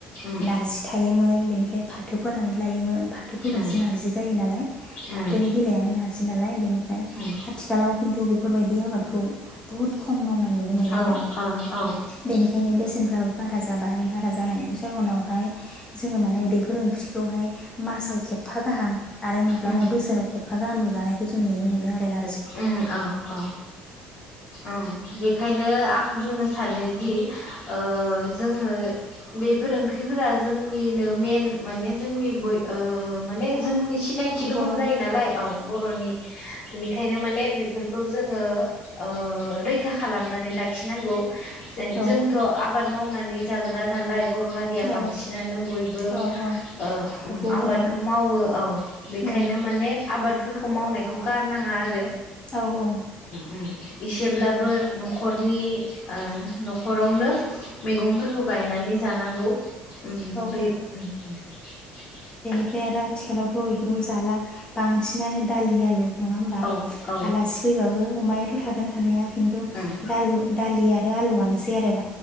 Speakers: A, on the left (about 50°); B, on the left (about 25°).
A: उम
B: नार्जि थायोमोन बेनिफ्राय फाथो फोनानै लायोमोन फाथो फोबासो
A: उम
B: नार्जि जायो नालाय
A: उम
B: फाथोनि बिलायानो नारजि नालाय बेनिफ्राय
A: उम
B: आथिखालाव खिन्थु बेफोरबायदि आबाद खौ बहुद खम मावनाय नुनो मोनो
A: औ
B: आरो
A: औ औ
B: बेनिखायनो बेसेनफ्राबो बारा जाबाय बारा जानायनि जाहोनाव जोङो माने बेफोर ओंख्रिखौहाय मासाव खेबफा गाहाम आरो माब्लाबा
A: उम
B: बोसोराव खेफा गाहामल जानायखौ जों नुनो मोनो आरोना
A: उम औ औ ओं बेखायनो आं बुंनो सा सानोदि ओ जोङो बेफोर ओंख्रिफोरा जोंनिनो मेन माने जोंनि बय ओ माने जोंनि सिनायथि रखम
B: बर'नि
A: जायो नालाय औ बर'नि बेनि ओंखायनो माने बेफोरखौ जोङो ओ रैखा खालामनानै लाखिनांगौ। जेन
B: औ
A: जोंथ' आबाद मावनो नानै जाग्रा नालाय बर' हारिया बांसिनानो
B: औ
A: बयबो
B: औ औ
A: ओ उम
B: हु
A: आबादखौ
B: गोनां
A: मावो औ बेखायनो
B: औ
A: माने आबाद फोरखौ मावनायखौ गारनाङा आरो
B: औ औ
A: उम इसेब्लाबो न'खरनि ओ न' खरावनो मैगंफोरखौ गायनानै जानांगौ। उम बे
B: औ
A: <unintelligible>
B: ओमफ्राय आरो आथिखालावथ' बेफोरखौ जाला बांसिनानो दालि आलु। नङा होमबा
A: औ औ
B: आलासि फैबाबो। अमायाथ' थागोन थानाया खिन्थु
A: उम
B: दालु-दालि आरो आलुआनो। <unintelligible>